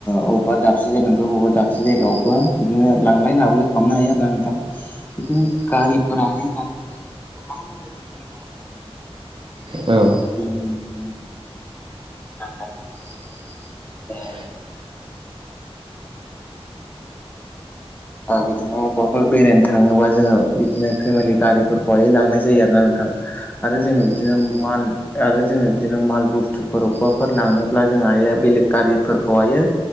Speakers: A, on the left; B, on the right.
A: अबेबा दाब दाबसे जायगानिफ्राय' बबेबा दाबसे जायगायावबो बिदिनो लांलाय लाबोलाय खालामनो हायो आरो ना नोंथां बिदिनो गारिफोराहाय दानि जुगाव बिदिनो गोबां रोखोमनि दं आरो नोंथां जेरै
B: औ <inaudible>
A: जों होननो थाङोब्ला बिदिनो <inaudible> ओ
B: औ
A: बिदिनो अबाफोर बेरायनो थांङोबा जोंङो बिदिनो फेमेलि गारिफोरखौहाय लांनाय जायो आरोना नोंथां आरो जोंङो बिदिनो माल आरो जोंङो बिदिनो माल बुस्थुफोर अबाफोर लांनोब्ला जों हायो आरो बेलेग गारिफोरखौहायो